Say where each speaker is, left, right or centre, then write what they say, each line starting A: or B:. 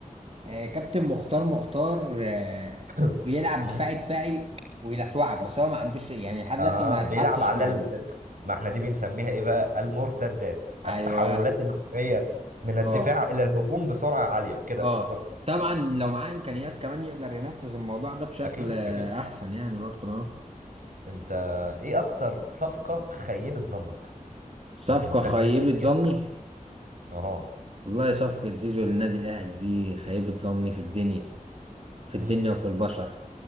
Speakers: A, on the right; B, on the right.
A: آه كابتن مختار مختار آه
B: <clears throat>
A: بيلعب
B: <coughs> مم.
A: دفاعي دفاعي ويلسوعك بس هو ما عندوش يعني لحد
B: اها
A: دلوقتي ما
B: بيلعب
A: اتحطش
B: على
A: مع
B: ال...
A: ال-
B: ما احنا دي بنسميها ايه بقى المرتدات
A: ايوه
B: التحولات الهجوميه من الدفاع
A: اه
B: الى الهجوم بسرعه عاليه كده
A: اه
B: بالظبط
A: طبعا لو معاه امكانيات كمان يقدر ينفذ الموضوع ده بشكل
B: اكيد
A: آه،
B: اكيد
A: احسن يعني برضه اه
B: انت ايه اكتر صفقه خيبت ظنك
A: صفقة
B: كنت مستني
A: خيبة
B: منها كتير
A: ظني
B: اها
A: والله صفقة زيزو للنادي الأهلي دي خيبة ظني في الدنيا في
B: ب...
A: الدنيا وفي البشر